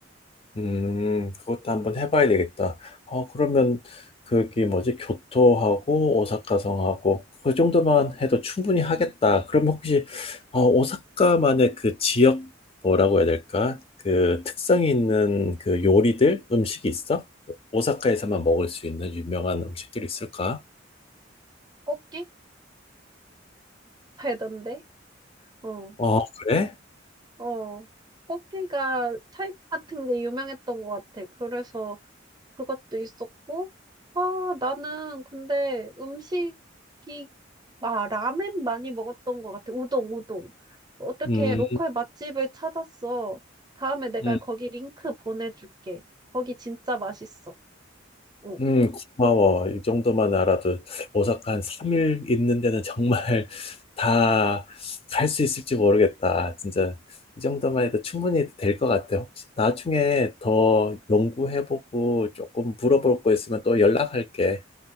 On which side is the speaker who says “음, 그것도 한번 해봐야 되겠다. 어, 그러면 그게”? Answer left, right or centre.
Left